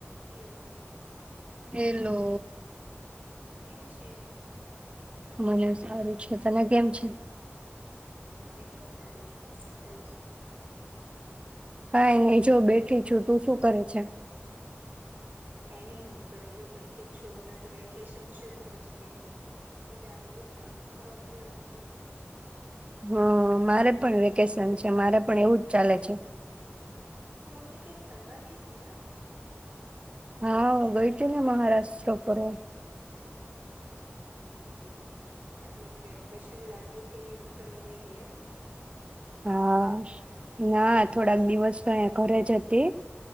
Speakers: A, on the right; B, on the right.
A: Hello.
B: Hello.
A: કેમ છે?
B: <unintelligible> સારું છે. તને કેમ છે?
A: મને પણ સારું છે, શું કરે છે?
B: કાઈ નહીં જો બેઠી છું, તું શું કરે છે.
A: કંઈ નહી હું પણ જો બેઠી જ છું હમણાં તો વેકેશન છે, તો પછી કઈ ને રાતે ઉઠવાનું ખાવા પીવાનું બસ
B: હ મારે પણ વેકેશન છે, મારે પણ એવું જ ચાલે છે.
A: તું અમને ક્યાંક ફરવા ગઈતી ન?
B: હા ગઈતી ને મહારાષ્ટ્ર ફરવા.
A: કે મતલબ વેકેશન લાગ્યું કે નહી તું ફરવા વઈ ગઈ એમ.
B: હા ના થોડાક દિવસ તો અહિયા ઘરે જ હતી.